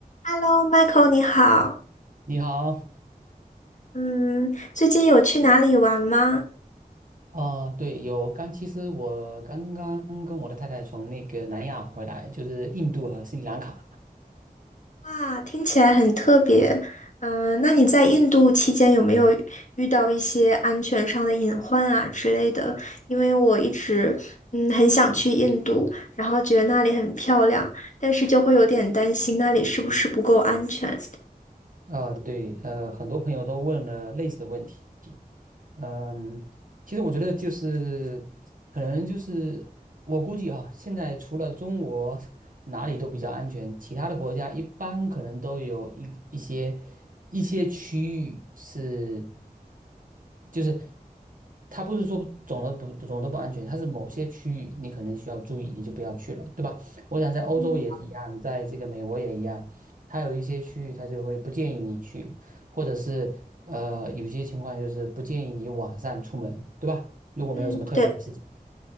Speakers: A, on the left; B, on the right.
A: Hello，Michael，你好。
B: 你好，
A: 嗯，最近有去哪里玩吗？
B: 哦，对，有刚，其实我刚刚跟我的太太从那个南亚回来，就是印度和斯里兰卡。
A: 哇，听起来很特别。嗯、那你在印度期间有没有遇到一些安全上的隐患啊之类的？因为我一直嗯很想去印度，然后觉得那里很漂亮，但是就会有点担心那里是不是不够安全。
B: 呃，对，呃，很多朋友都问了类似的问题。嗯，其实我觉得就是，可能就是我估计哈，现在除了中国哪里都比较安全，其他的国家一般可能都有一一些一些区域是，就是它不是说总的不总的不安全，它是某些区域你可能需要注意，你就不要去了，对吧？我想在欧洲也一样，
A: 嗯
B: 在这个美国也一样，它有一些区域它就会不建议你去。或者是呃有些情况就是不建议你晚上出门，对吧？如果没有什么特别的事情。
A: 嗯，对，